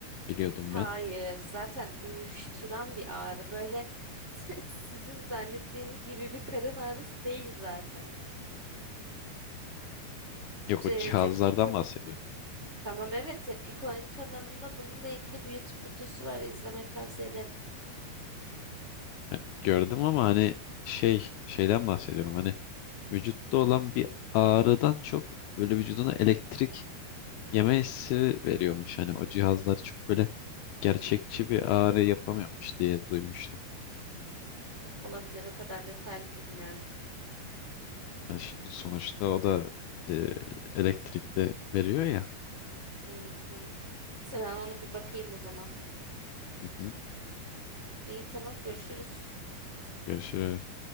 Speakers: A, on the left (about 75°); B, on the right (about 15°).
A: biliyordum
B: Hayır
A: ben.
B: zaten uyuşturan bir ağrı böyle <laughs> sizin zannettiğiniz gibi bir karın ağrısı değil zaten.
A: Yok
B: Te-
A: o cihazlardan
B: tepki kö-
A: bahsediyorum.
B: Tamam evet Tepki Konaki kanalında bununla ilgili bir YouTube videosu var. İzlemeni tavsiye ederim.
A: Yani gördüm ama hani şey şeyden bahsediyorum. Hani vücutta olan bir ağrıdan çok böyle vücuduna elektrik yeme hissi veriyormuş. Hani o cihazlar çok böyle gerçekçi bir ağrı yapamıyormuş diye duymuştum.
B: Hı, Olabilir o kadar detaylı bilmiyorum.
A: Yani ş- sonuçta o da e, elektrikte veriyor ya.
B: Hı hı. Neyse ben ona bir bakayım o zaman.
A: Hı hı.
B: İyi tamam görüşürüz.
A: Görüşürüz.